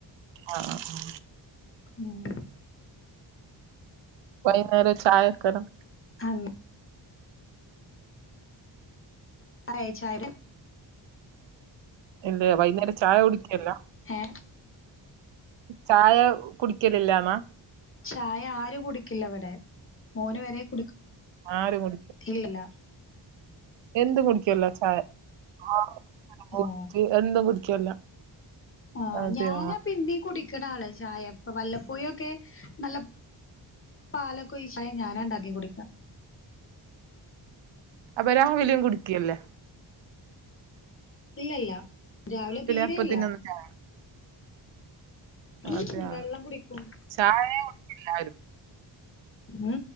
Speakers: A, on the right (about 70°); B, on the left (about 25°).
A: ആഹ്
B: ഉം
A: വെയ്ന്നേരം ഒരു ചായ ക്കണം
B: ആം ചായ ചായ
A: ഇല്ലെ വൈകുന്നേരം ചായ കുടിക്കല്ല
B: ഏ
A: ചായ കുടിക്കലില്ലാന്ന
B: ചായ ആരു കുടിക്കില്ല വ്ടെ മോന് വരെ കുടി
A: ആരും കുടി
B: ഇല്ലല്ലാ
A: എന്തും കുടിക്കല്ല ചായ ആ <unintelligible>
B: ഓ
A: എന്തും കുടിക്കല്ല
B: ആ
A: അതെയ
B: ഞാനാ പിന്നീ കുടിക്കണ ആള് ചായപ്പൊ വല്ലപ്പോഴൊക്കെ നല്ല പാലൊക്കെയിച് ഞാനാ ഇണ്ടാക്കി കുടിക്ക
A: അപ്പൊ രാവിലിം കുടിക്കല്ലേ
B: ഇല്ലല്ല രാവിലെ തീരെല്ല
A: അപ്പത്തിനൊന്നും ചായ അതെ
B: ഉം വെള്ളം കുടിക്കും
A: ചായെ ഇല്ലാരും
B: മ്